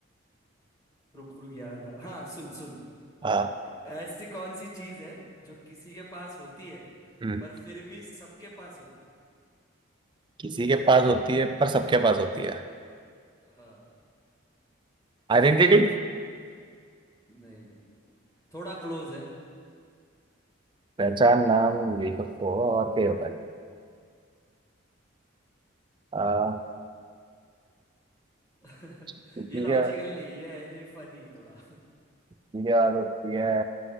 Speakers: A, on the left; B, on the right.
A: रुक रुक याद आ हाँ सुन सुन
B: हाँ
A: ऐसी कौन सी चीज है जो किसी के पास होती है
B: हम्म
A: पर फिर भी सबके पास होती
B: किसी के पास होती है पर सबके पास होती है
A: है हाँ
B: आइडेंटिटी
A: नहीं नहीं थोड़ा क्लोज है
B: पहचान नाम यही सब तो और क्या ही होता है आ,
A: <laughs>
B: किसी
A: ये लॉजिकल
B: के
A: नहीं है ये ऐसे ही फनी है थोड़ा
B: किसी के पास होती है